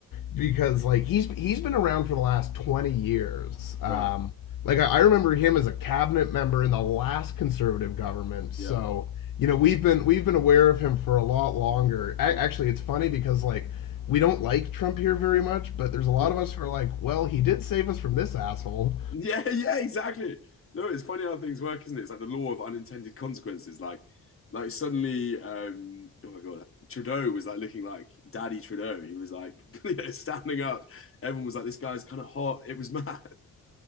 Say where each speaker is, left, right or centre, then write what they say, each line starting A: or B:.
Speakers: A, on the left (about 65°); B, on the left (about 35°).
A: because like he's he's been around for the last 20 years. Um,
B: right.
A: like I, I remember him as a cabinet member in the last conservative government. So,
B: Yeah.
A: you know, we've been we've been aware of him for a lot longer.
B: <laughs>
A: A actually, it's funny because like we don't like Trump here very much, but there's a lot
B: Of course.
A: of us who are like, well, he did save us from this asshole.
B: Yeah, yeah, exactly. No, it's funny how things work, isn't it? It's like the law of unintended consequences. Like, like suddenly, um, oh my God, Trudeau was like looking like Daddy Trudeau. He was like, <laughs> standing up. Everyone was like, this guy's kind of hot. It was mad.